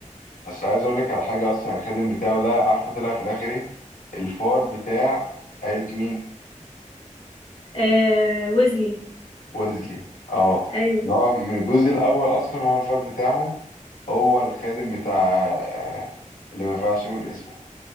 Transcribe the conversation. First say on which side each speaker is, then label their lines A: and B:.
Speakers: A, on the left (about 85°); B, on the left (about 45°).
A: بس عايز أقول لك على حاجة أصلا الخادم بتاعه ده عارفة طلع في الآخر إيه الفار بتاع عيلة مين
B: آه ويزلي
A: ويزلي اه
B: ايوه
A: هو من الجزء الأول أصلا هو الفار بتاعهم هو الخادم بتاع آه، اللي ما ينفعش نقول اسمه